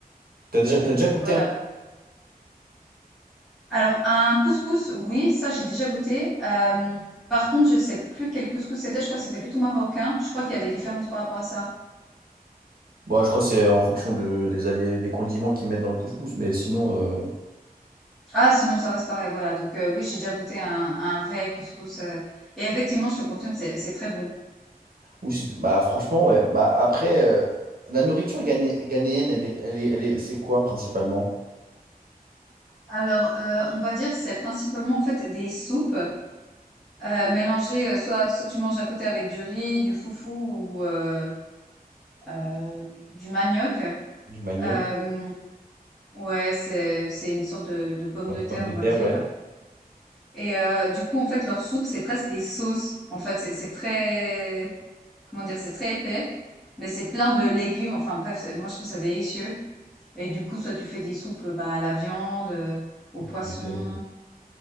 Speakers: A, on the right; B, in the centre.
A: T'as déjà, t'as déjà goûté
B: voilà. Alors un couscous, oui, ça j'ai déjà goûté. Hem, par contre, je sais plus quel couscous c'était, je crois que c'était plutôt marocain. Je crois qu'il y a des différences par rapport à ça.
A: Bon, je crois que c'est en fonction de, des, alliés, des condiments qu'ils mettent dans le couscous, mais sinon, euh,
B: Ah sinon ça reste pareil, voilà. Donc heu, oui, j'ai déjà goûté un un vrai couscous, heu et effectivement, je te confirme, c'est c'est très bon.
A: ou si- bah, franchement, ouais. Bah, après, euh, la nourriture ghané- ghanéenne, elle est, elle est, elle est, c'est quoi principalement?
B: Alors, heu, on va dire c'est principalement en fait des soupes, heu, mélangées, heu, soit soit tu manges à côté avec du riz, du foufou ou heu heu, du manioc.
A: Du manioc,
B: Hem, ouais, c'est c'est une sorte de de pomme de
A: des
B: terre,
A: pommes de
B: on
A: terre,
B: va dire.
A: ouais.
B: Et euh, du coup, en fait, leur soupe, c'est presque des sauces. En fait, c'est c'est très, comment dire, c'est très épais, mais c'est plein de légumes. Enfin bref, c'est- moi je trouve ça délicieux. Et du coup, soit tu fais des soupes euh, bah, à la viande, euh, au
A: Au
B: poisson
A: poulet, euh,